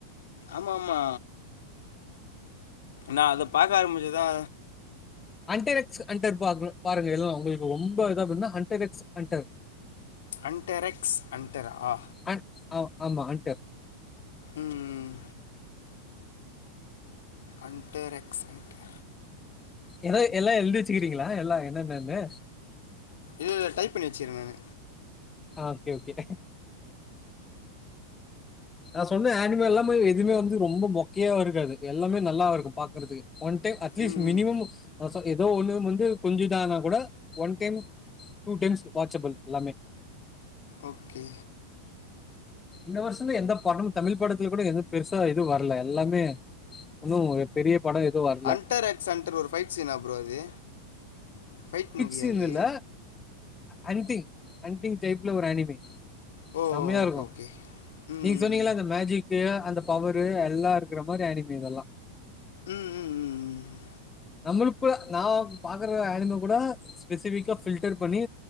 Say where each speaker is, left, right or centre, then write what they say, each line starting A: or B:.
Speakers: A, on the left; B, on the left.
A: ஆமா ஆமா நா அத பாக்க ஆரம்பிச்சுதா
B: அன்டேரெக்ஸ் அன்டர் பாக்கு பாருங்க எல்லா உங்களுக்கு ரொம்ப இதாகுனா ஹண்டேரெக்ஸ் ஹன்டர்
A: அன்டேரக்ஸ் அன்டர் ஆ
B: அண் ஆ ஆமா அன்டர்
A: ம் ஹண்டேரெக்ஸ் ஹன்டர்
B: ஏத எல்லா எழுதி வச்சுக்கிறீங்ளா எல்லா என்னென்னனு
A: இது டைப் பண்ணி வெச்சுகிற நானு
B: ஆ ஓகே ஓகே நா சொன்ன ஆனிமி எல்லாமே எதுமே வந்து ரொம்போ மொக்கியா இருக்காது எல்லாமே நல்லாவேருக்கு பாக்கேறதுக்கு ஒன் டைம் அட்லீஸ்ட்
A: ம்
B: மினிமம் அ ச எதோ ஒண்ணு வந்து கொஞ்சு இது ஆனா கூட one time two times watchable எல்லாமே
A: ஓகே
B: இந்த வருஷந்தா எந்த படமு தமிழ் படத்துல கூட எது பெருசா எதுவு வரல எல்லாமே உன்னு பெரிய படோ எதுவ் வர
A: அன்டர் எக்ஸ் அண்டர் ஒரு ஃபைட் சீனா ப்ரோ அது ஃபைட் மூவியா
B: சீன்
A: அது
B: இல்ல அன்டிங் அன்டிங் டைப்ல ஒரு அனிமி
A: ஓ
B: சம்மையா
A: ஓகே
B: இருக்கு
A: ஓகே ம்
B: நீங்க சொன்னீங்கல அந்த மேஜிக்கு அந்த பவரு எல்லா இருக்குற மாரி அனிமி இதெல்லா
A: ம் ம் ம் ம்
B: நம்முளுக்கு கூட நா பாக்குற அனிமி கூட ஸ்பெசிஃபிக்கா ஃபில்டர் பண்ணி